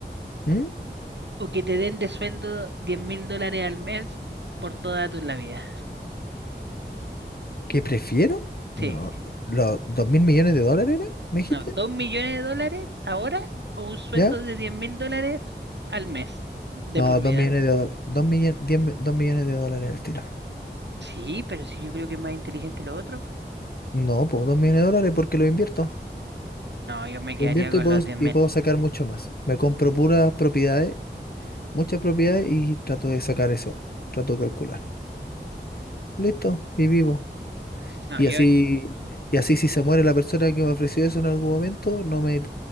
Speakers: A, on the left; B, on the right.
A: ¿Mm?
B: o que te den de sueldo diez mil dólares al mes por toda tu- la vida?
A: ¿Qué prefiero?
B: Sí,
A: No, ¿los dos mil millones de dólares era? ¿Me dijiste?
B: no, dos millones de dólares ahora o un sueldo
A: ¿Ya?
B: de diez mil dólares al mes de
A: No,
B: por
A: dos
B: vida.
A: millones de dólares. Dos millones, diez mi- dos millones de dólares al tiro.
B: Sí, pero si yo creo que es más inteligente lo otro.
A: No, pues dos millones de dólares porque lo invierto.
B: No, yo me quedaría
A: Yo invierto
B: con
A: y puedo,
B: los diez mil
A: y puedo sacar mucho más. Me compro puras propiedades, muchas propiedades y trato de sacar eso. Trato de calcular. Listo, y vivo.
B: No,
A: Y
B: yo,
A: así, y así si se muere la persona que me ofreció eso en algún momento, no me,